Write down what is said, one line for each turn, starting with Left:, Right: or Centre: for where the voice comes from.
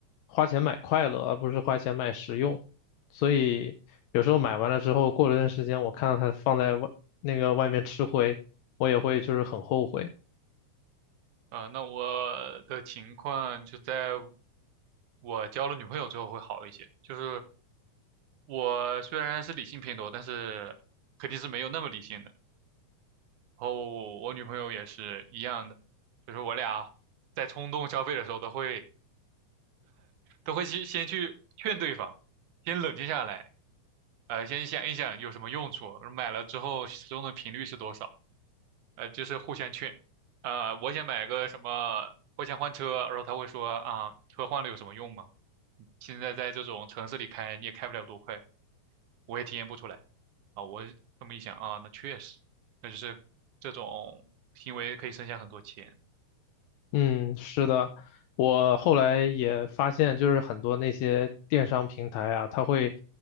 Left: 花钱买快乐，而不是花钱买实用。所以有时候买完了之后，过了段时间，我看到它放在外那个外面吃灰，我也会就是很后悔。
Right: 啊，那我的情况就在我交了女朋友之后会好一些。就是我虽然是理性偏多，但是肯定是没有那么理性的。然后我女朋友也是一样的，就是我俩在冲动消费的时候都会都会先先去劝对方，先冷静下来，呃，先想一想有什么用处，买了之后使用的频率是多少。呃，就是互相劝，呃，我想买个什么，我想换车，然后他会说啊，车换了有什么用吗？现在在这种城市里开，你也开不了多快，我也体验不出来。啊，我这么一想啊，那确实，那就是这种行为可以省下很多钱。
Left: 嗯，是的，我后来也发现，就是很多那些电商平台啊，它会